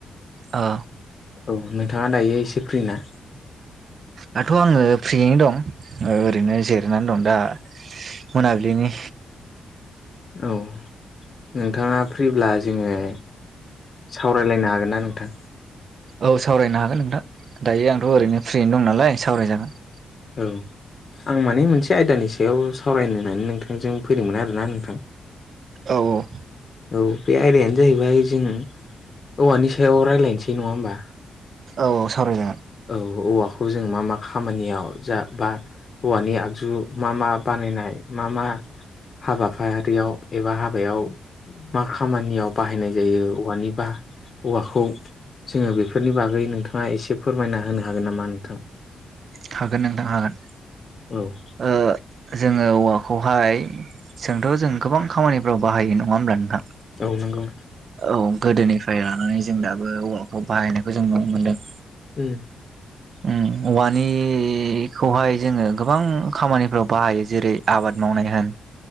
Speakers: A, on the right; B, on the left.
A: ओ
B: औ नोंथाङा दायो एसे फ्रि ना?
A: दाथ' आङो फ्रियैनो दं ओ ओरैनो जिरनानै दं दा मोनाबलिनि
B: औ नोंथाङा फ्रिब्ला जोङो सावरायलायनो हागोन ना नोंथां?
A: औ सावरायनो हागोन नोंथां दायो आंथ' ओरैनो फ्रिनो दं नालाय सावरायजागोन
B: औ आं माने मोनसे आयदानि सायाव सावरायनो होननानै नोंथांजों फैदोंमोन आरोना नोंथां
A: औ औ
B: औ बे आयदायानो जाहैबाय जों औवानि सायाव रायज्लायनोसै नङा होमबा
A: औ औ सावरायजागोन
B: औ औवाखौ जों मा मा खामानियाव जा बा औवानि आगजु मा मा बानायनाय मा मा हाबाफारियाव एबा हाबायाव मा खामानियाव बाहायनाय जायो औवानि बा औवाखौ जोङो बेफोरनि बागै नोंथाङा एसे फोरमायना होनो हागोन नामा नोंथां?
A: हागोन नोंथां हागोन
B: औ
A: ओ जोंङो औवा खौहाय जोंथ' जों गोबां खामानिफ्राव बाहायो नङा होमब्ला नोंथां
B: औ नंगौ
A: औ गोदोनिफ्राय लानानै जों दाबो औवाखौ बाहायनायखौ जों नुनो मोनदों
B: उम
A: ओम औवानिखौहाय जोंङो गोबां खामानिफ्राव बाहायो जेरै आबाद मावनाय होन